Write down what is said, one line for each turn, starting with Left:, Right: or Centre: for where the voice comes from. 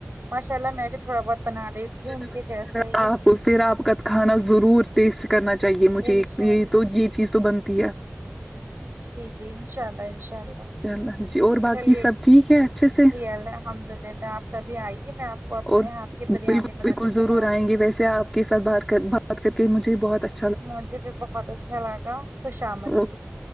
Right: ماشاء اللہ میں بھی تھوڑا بہت بنا لیتی
Centre: مجھے
Right: ہوں
Centre: تو
Right: ان
Centre: لگتا
Right: کے جیسا
Centre: ہے
Right: ہی
Centre: آپ پھر آپ کا کھانا ضرور ٹیسٹ کرنا چاہیے مجھے
Right: انشاء
Centre: یہی
Right: اللہ
Centre: تو یہ چیز تو بنتی ہے
Right: جی انشاء اللہ انشاء اللہ
Centre: انشاءاللہ۔ جی اور باقی
Right: چلیے
Centre: سب ٹھیک ہے اچھے سے
Right: جی الحمد للہ آپ کبھی آئیے میں آپ کو اپنے
Centre: اور
Right: ہاتھ کی بریانی
Centre: بالکل
Right: بنا
Centre: بالکل
Right: کر
Centre: ضرور
Right: کھلاؤں
Centre: آئیں
Right: گی
Centre: گے ویسے آپ کے سات بات کر بات کر کے مجھے بہت اچھ
Right: مجھے بھی بہت اچھا لگا خوشامدید
Centre: اوکے۔